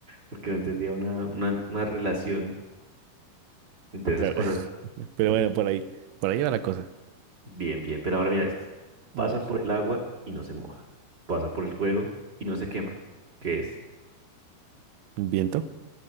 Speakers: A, on the right; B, on the right.
A: porque no entendía una, una, una relación entre
B: Claro.
A: esas cosas.
B: Pero
A: <laughs>
B: bueno, por ahí, por ahí va la cosa.
A: Bien, bien, pero ahora mira esto. Pasa
B: A ver.
A: por el agua y no se moja. Pasa por el fuego y no se quema. ¿Qué es?
B: ¿El viento?